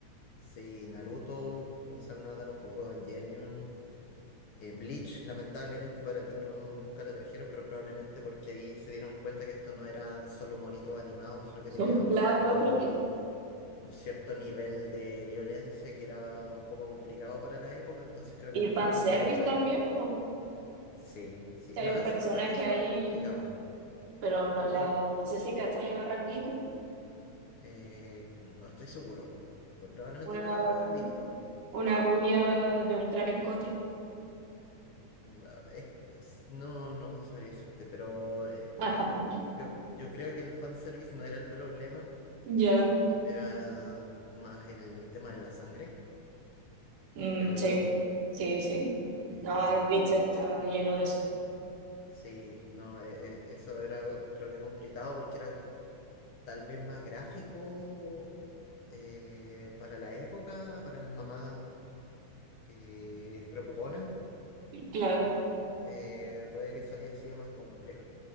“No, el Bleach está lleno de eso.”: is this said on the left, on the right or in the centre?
Right